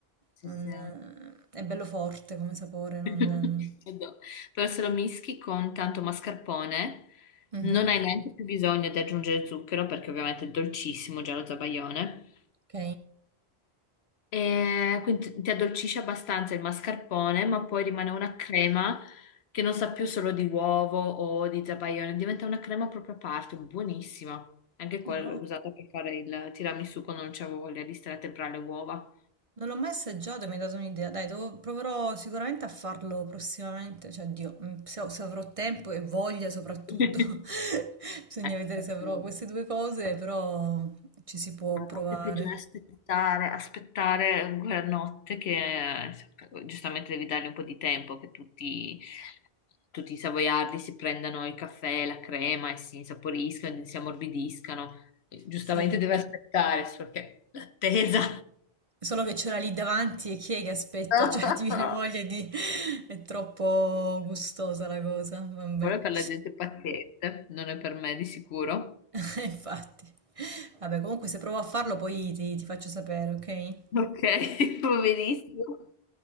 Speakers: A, on the left; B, on the right.
A: Sì,
B: Non-
A: sì.
B: eh, è bello forte come sapore, non...
A: <laughs> Adoro. Però se lo mischi con tanto mascarpone,
B: Mhm,
A: non hai neanche più bisogno di aggiungere zucchero perché ovviamente è dolcissimo già lo zabaione.
B: Ok.
A: E quindi ti addolcisce abbastanza il mascarpone, ma poi rimane una crema che non sa più solo di uovo o di zabaione, diventa una crema proprio a parte, buonissima. Anche quella
B: Ah, va.
A: l'ho usata per fare il tiramisù quando non c'avevo voglia di stare a temprare le uova.
B: non l'ho mai assaggiato e mi hai dato un'idea. Dai, devo- proverò sicuramente a farlo prossimamente, cioè, Dio, mm, se, ho- se avrò tempo e voglia soprattutto.
A: <laughs>
B: <laughs> Bisogna
A: Ecco,
B: vedere se avrò queste due cose, però ci si può
A: la
B: provare.
A: parte peggiore è aspettare, aspettare quella notte che eh, giustamente devi dargli un po' di tempo che tutti, tutti i savoiardi si prendano il caffè, la crema e si insaporiscano, e si ammorbidiscano. Giustamente
B: Sì.
A: deve aspettare, solo che l'attesa.
B: Solo che ce l'ha lì davanti e chi è che aspetta?
A: <laughs>
B: <laughs> Cioè, ti viene voglia di... <laughs> È troppo gustosa la cosa. Vabbè,
A: Quello è per la gente paziente, non è per me di sicuro.
B: <laughs> infatti. Vabbè, comunque se provo a farlo poi ti, ti faccio sapere, ok?
A: Ok, <laughs> va benissimo.